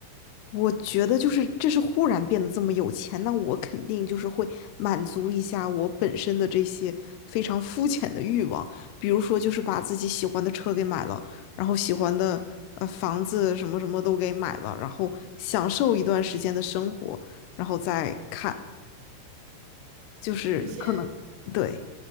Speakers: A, on the left (about 85°); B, on the right (about 50°).
A: 我觉得就是这是忽然变得这么有钱，那我肯定就是会满足一下我本身的这些非常肤浅的欲望，比如说就是把自己喜欢的车给买了，然后喜欢的呃房子什么什么都给买了，然后享受一段时间的生活，然后再看，就是可能对
B: 就是先